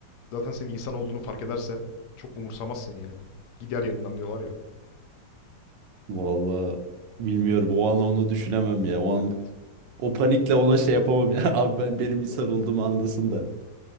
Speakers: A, on the left; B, on the right.
A: zaten senin insan olduğunu fark ederse çok umursamaz seni yani. Gider yanından diyorlar ya.
B: Vallahi bilmiyorum. O an onu düşünemem ya. O an
A: Evet,
B: o panikle ona şey yapamam ya. <laughs> Abi ben benim insan
A: doğru.
B: olduğumu andasın da.